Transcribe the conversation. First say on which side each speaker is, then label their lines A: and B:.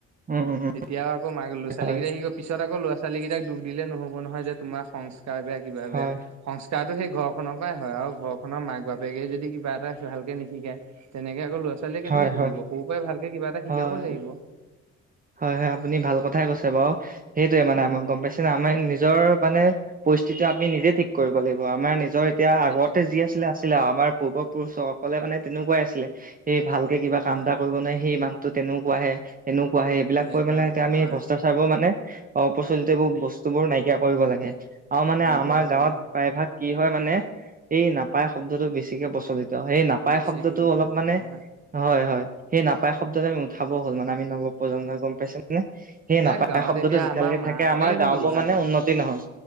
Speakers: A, on the right (about 30°); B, on the right (about 65°).
A: উম উম উম
B: তেতিয়াও আকৌ মাক লৰা ছোৱালী
A: হয়
B: কেইটা শিক পিছত আকৌ ল'ৰা ছোৱালী ছোৱালীকেইটাক দুখ দিলে নহব নহয় যে তোমাৰ সং সংকাৰ বেয়া কিবা
A: হয়
B: বেয়া সংস্কাৰতো সেই ঘৰখনৰ পৰাই হয় আৰু ঘৰ খনৰ মাক বাপেকে যদি কিবা এটা ভালকে নিশিকায় তেনেকে আকৌ ল'ৰা ছোৱালীয়ে কেনেকে
A: হয়
B: শিকিব
A: হয়
B: সৰু পৰাই ভাল তে কিবা এটা শিকাব
A: হয়
B: লাগিব
A: হয়- হয় আপুনি ভাল কথাই কৈছে বাৰু সেইটোৱে মানে আমাক গম পাইছে ন আমাৰ নিজৰ মানে পৰিস্থিতি আমি নিজে ঠিক কৰিব লাগিব আমাৰ নিজৰ এতিয়া
B: সেইটোৱে
A: আগতে যি আছিলে আছিলে আৰু আমাৰ পূৰ্ব পুৰুষসকলে মানে তেনেকুৱাই আছিলে সেই ভালকে কিবা কাম
B: হয়
A: এটা কৰিব নোৱাৰে সেই মানুহ তো তেনেকুৱাহে এনেকুৱাহে এইবিলাক
B: তেনেকুৱা
A: কৈ মানে এতিয়া আমি
B: হয়
A: ভ্ৰষ্টাচাৰবোৰ মানে অপ্ৰচলিত এইবোৰ বস্তুবোৰ নাইকিয়া কৰিব লাগে আৰু মানে
B: নাইকিয়া
A: আমাৰ
B: কৰিব
A: গাঁৱত
B: লাগে।
A: প্ৰায়ভাগ কি হয় মানে এই নাপায় শব্দটো বেছিকে প্ৰচলিত ত সেই নাপায়
B: বেছি
A: শব্দটো
B: ব্যৱহাৰ
A: অলপ মানে
B: হয়
A: হয়- হয় সেই নাপায় শব্দটো আমি উঠাব হল মানে আমি নৱপজন্মই গম পাইছে নে এ সেই
B: এতিয়া
A: নাপায়
B: গাঁৱত
A: শব্দটো
B: এতিয়া
A: যেতিয়ালৈকে
B: আমাৰ মাহঁতে
A: থাকে আমাৰ
B: এইবোৰ
A: গাওঁবোৰ
B: ব্যৱহাৰ
A: মানে
B: কৰে।
A: উন্নতি নহয়